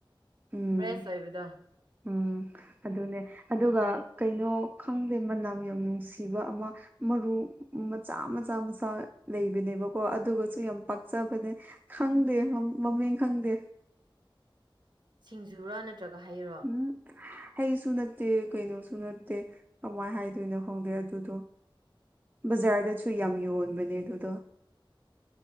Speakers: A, on the right; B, on the right.
A: ꯎꯝ
B: ꯐ꯭ꯔꯦꯁ ꯑꯣꯏꯕꯗꯣ
A: ꯎꯝ ꯑꯗꯨꯅꯦ ꯑꯗꯨꯒ ꯀꯩꯅꯣ ꯈꯪꯗꯦ ꯃꯅꯝ ꯌꯥꯝ ꯅꯨꯡꯁꯤꯕ ꯑꯃ ꯃꯔꯨ ꯃꯆꯥ ꯃꯆꯥ ꯃꯆꯥ ꯂꯩꯕꯅꯦꯕꯀꯣ ꯑꯗꯨꯒꯁꯨ ꯌꯥꯝ ꯄꯛꯆꯕꯅꯦ ꯈꯪꯗꯦ ꯃꯃꯤꯡ ꯈꯪꯗꯦ
B: ꯁꯤꯡꯖꯨꯔꯥ ꯅꯠꯇ꯭ꯔꯒ ꯍꯩꯔꯥ
A: ꯎꯝ ꯍꯩꯁꯨ ꯅꯠꯇꯦ ꯀꯩꯅꯣꯁꯨ ꯅꯠꯇꯦ ꯀꯃꯥꯏꯅ ꯍꯥꯏꯗꯣꯏꯅꯣ ꯈꯪꯗꯦ ꯑꯗꯨꯗꯣ ꯕꯖꯥꯔꯗꯁꯨ ꯌꯥꯝ ꯌꯣꯟꯕꯅꯦ ꯑꯗꯨꯗꯣ